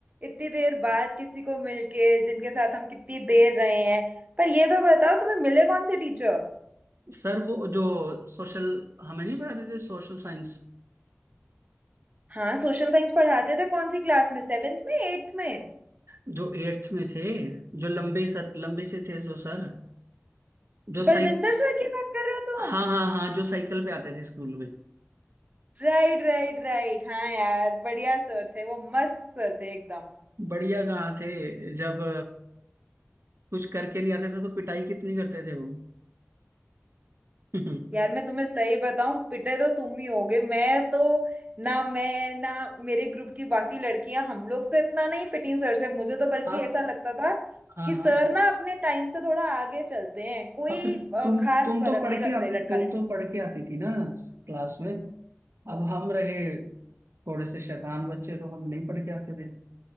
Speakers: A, on the right (about 35°); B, on the right (about 80°).
A: इतनी देर बाद किसी को मिलके जिनके साथ हम कितनी देर रहे हैं पर ये तो बताओ तुम्हें मिले कौन से टीचर
B: सर वो जो सोशल हमें नहीं पढ़ाते थे सोशल साइंस
A: हाँ सोशल साइंस पढ़ाते थे कौन सी क्लास में सेवेंथ में एट्थ में
B: जो एट्थ में थे जो लंबे सर लंबे से थे जो सर जो साइक
A: बलविंदर सर की बात कर रहे हो तुम
B: हाँ हाँ हाँ जो साइकिल पे आते थे स्कूल में
A: राइट राइट राइट हाँ यार बढ़िया सर थे वो मस्त सर थे एकदम
B: बढ़िया कहाँ थे जब कुछ करके नहीं आते थे तो पिटाई कितनी करते थे वो <laughs>
A: यार मैं तुम्हें सही बताऊं पिटे तो तुम ही होगे मैं तो ना मैं ना मेरे ग्रुप की बाकी लड़कियां हम लोग तो इतना नहीं पिटी सर से मुझे तो बल्कि
B: हाँ
A: ऐसा लगता था
B: हाँ
A: कि
B: हाँ
A: सर ना अपने टाइम से थोड़ा आगे चलते हैं कोई
B: और फिर
A: अ,
B: तुम
A: खास
B: तुम
A: फर्क
B: तो पढ़
A: नहीं
B: के
A: रखते
B: आती
A: लड़का
B: तुम
A: लड़की
B: तो पढ़ के आती थी ना क्लास में अब हम रहे थोड़े से शैतान बच्चे तो हम नहीं पढ़ के आते थे